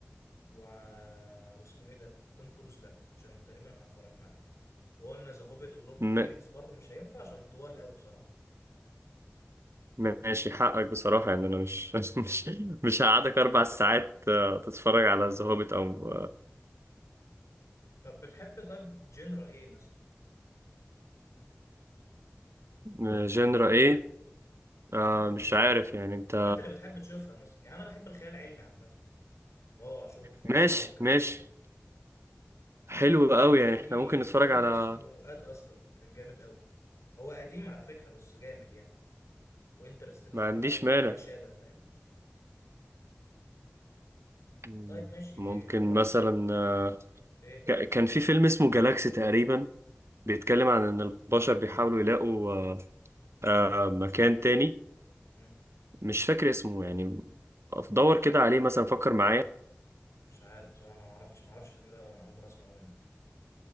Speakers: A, on the left; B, on the right.
A: و... واسمه ايه ده توم كروز لا عشان تقريبا احنا اتفرجنا عليه وقلنا ذا هوبيت ولورد
B: مم.
A: اوف ذا رينجز برضو مش هينفع عشان طوال قوي بصراحة
B: ماشي حقك بصراحة يعني أنا مش <laughs> مش مش هقعدك أربع ساعات آه، تتفرج على ذا هوبيت أو
A: طب بتحب طيب جنرا ايه مثلا
B: آه، جنرا إيه آه،
A: اه
B: مش
A: يعني
B: عارف يعني أنت
A: حاجات اللي بتحب تشوفها مثلا يعني انا بحب الخيال العلمي عامة اللي هو شغل الفضاء
B: ماشي
A: بقى والكلام
B: ماشي
A: ده
B: حلو
A: يعني
B: قوي يعني
A: في
B: إحنا ممكن نتفرج
A: فيلم
B: على
A: اسمه اد استرا كان جامد قوي هو قديم على فكرة بس جامد يعني وانترستيلر
B: ما
A: بقى
B: عنديش
A: وما
B: مانع
A: شابه فاهم
B: مم،
A: طيب ماشي
B: ممكن
A: خلاص
B: مثلا آه،
A: ايه
B: ك- كان في فيلم اسمه جالاكسي تقريبا بيتكلم عن إن البشر بيحاولوا يلاقوا آه، آه، مكان تاني
A: مم.
B: مش فاكر اسمه يعني دور كده عليه مثلا فكر معايا
A: مش عارف بصراحة انا ما اعرفش ما اعرفش الفيلم ده ولا انا اول مرة اسمعه منك